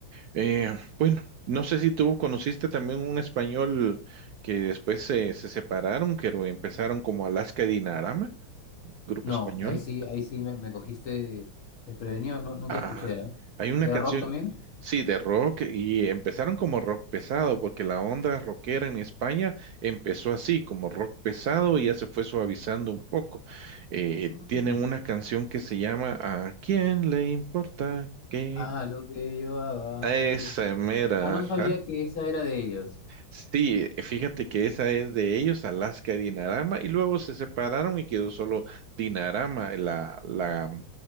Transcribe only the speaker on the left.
No,
ahí sí, ahí sí me, me cogiste desprevenido, no, nunca
escuché, ¿ah?
¿Era
rock también?
Mm.
Ah, lo que llevaba
aquí.
Ah, no
sabía que esa era de ellos.